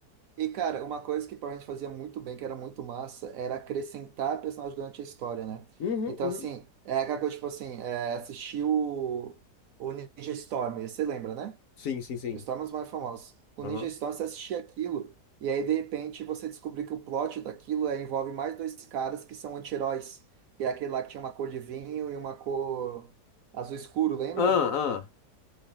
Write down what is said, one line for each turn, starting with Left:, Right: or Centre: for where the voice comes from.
Right: E, cara, uma coisa que Power Rangers fazia muito bem, que era muito massa, era acrescentar personagens durante a história, né?
Left: Uhum,
Right: Então,
Left: uhum.
Right: assim, é aquela coisa, tipo assim, é, assistir o, o Ninja Storm, você lembra, né?
Left: Sim, sim, sim.
Right: O Storm é um dos mais famosos. O
Left: Aham.
Right: Ninja Storm, você assistia aquilo, e aí, de repente, você descobriu que o plot daquilo é, envolve mais dois caras que são anti-heróis, que é aquele lá que tinha uma cor de vinho e uma cor azul escuro, lembra?
Left: Ah, ah.